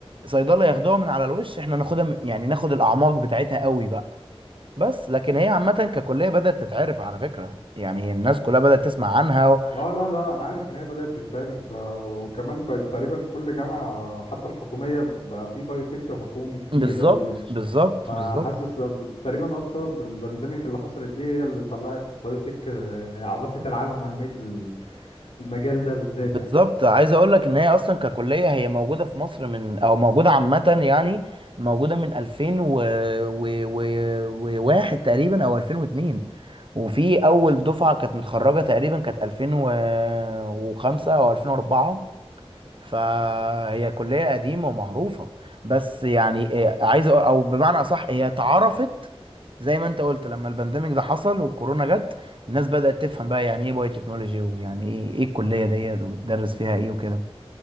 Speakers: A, on the right; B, on the left.
A: صيدله ياخدوها من على الوش احنا ناخدها من- يعني ناخد الاعماق بتاعتها قوي بقى بس لكن هي عامه ككليه بدات تتعرف على فكره يعني الناس كلها بدات تسمع عنها و...
B: اه لا لا انا عارف ان هي بدأت تتعرف ده وكمان بقت تقريبا كل جامعة حتى الحكومية بقى في بايوتك حكومي كتير
A: بالظبط
B: قوي يعني.
A: بالظبط
B: فانا
A: بالظبط
B: حاسس أب- تقريبا هو بسبب البانديميك اللي حصلت دي هي اللي طلعت بايوتك آه، يعني عرفت العالم اهميه ال- المجال ده بالذات
A: بالظبط
B: يعني
A: عايز اقول لك ان هي اصلا ككليه هي موجوده في مصر من او موجوده عامه يعني موجوده من 2000 و... و... و... وواحد تقريبا او 2002 وفي اول دفعه كانت متخرجه تقريبا كانت 2005 او 2004 فهي كلية قديمة ومعروفة بس يعني إيه، عايز أقول- او بمعنى اصح هي اتعرفت زي ما انت قلت لما البانديميك ده حصل والكورونا جت الناس بدأت تفهم بقى يعني ايه بايو تكنولوجي ويعني ايه ايه الكلية ديت وبتدرس فيها ايه وكده